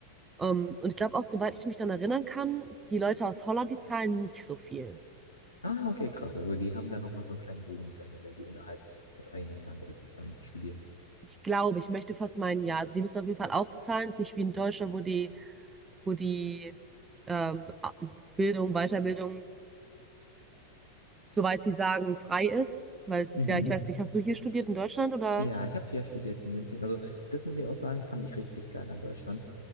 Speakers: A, on the right; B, on the left.
A: Ähm, und ich glaube auch, soweit ich mich dann erinnern kann, die Leute aus Holland, die zahlen nicht so viel.
B: Ah, okay, krass. Also die haben dann nochmal so einen kleinen Boni, sag ich mal, wenn du innerhalb des eigenen Landes dann studierst.
A: Ich glaube, ich möchte fast meinen, ja, also die müssen auf jeden Fall auch zahlen. Ist nicht wie in Deutschland, wo die, wo die ähm, Bildung, Weiterbildung soweit sie sagen, frei ist. Weil es ist
B: Mhm.
A: ja, ich weiß nicht, hast du hier studiert in Deutschland oder?
B: Ja, ich habe hier studiert in München. Also das muss ich auch sagen, fand ich richtig geil an Deutschland.